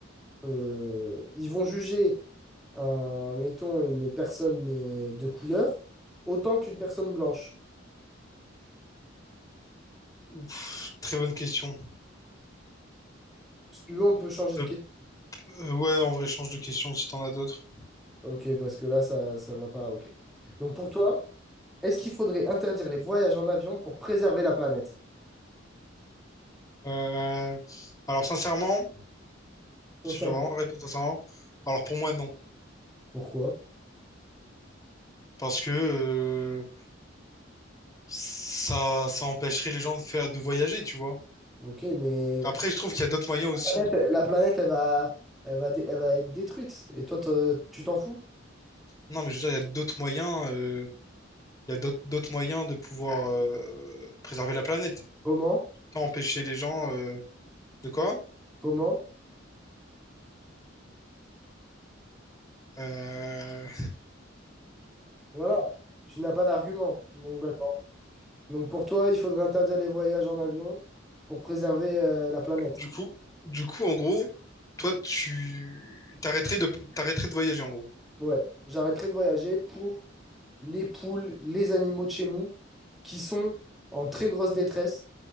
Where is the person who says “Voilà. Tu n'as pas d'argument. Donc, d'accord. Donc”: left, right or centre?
Centre